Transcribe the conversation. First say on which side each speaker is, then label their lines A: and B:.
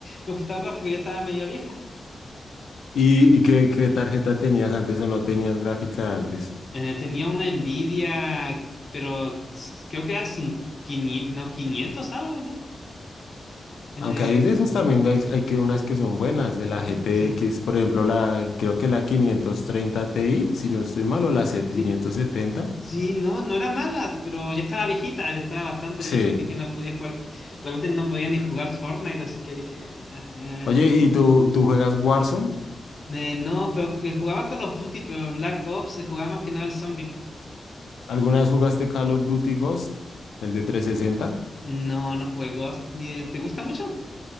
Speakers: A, on the left; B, on the left.
A: computadora porque ya estaba medio vieja.
B: ¿Y, y qué, qué tarjeta tenías antes o no tenías gráfica antes?
A: Eh, tenía una Nvidia, pero s- creo que era sin, 500 no, 500 algo, ¿no? Eh,
B: Aunque hay de esas también hay, hay que unas que son buenas, de la G T
A: sí.
B: X, por ejemplo, la, creo que la 530 Ti, si no estoy mal, o la C quinientos
A: sí.
B: setenta.
A: Sí, no, no era mala, pero ya estaba viejita, ya estaba bastante
B: Sí.
A: vieja, así que no podía jugar, realmente no podía ni jugar Fortnite, así que dije, "Ah, ah".
B: Oye, ¿y tú, tú juegas Warzone?
A: Eh, no, pero que jugaba Call of Duty, pero Black Ops se jugaba más que nada al zombie.
B: ¿Alguna vez jugaste Call of Duty Ghost, el de 360?
A: No, no jugué Ghost. Eh, ¿Te gusta mucho?